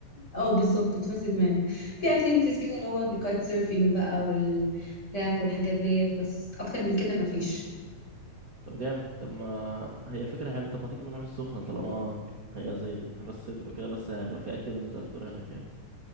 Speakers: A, on the left; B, on the right.
A: اه بالظبط تفسد دماغك في
B: مم.
A: اكتيفيتيز كده اللي هو الكايت سيرفينج بقى والكاك والحاجات ديت بس اكتر من كده ما فيش
B: طب جامد طب ما هي فكره حلوه طب ما تيجي نروح السخنه طالما هي زي راس سدر وكده بس هيبقى في اكتيفيتيز اكتر هناك يعني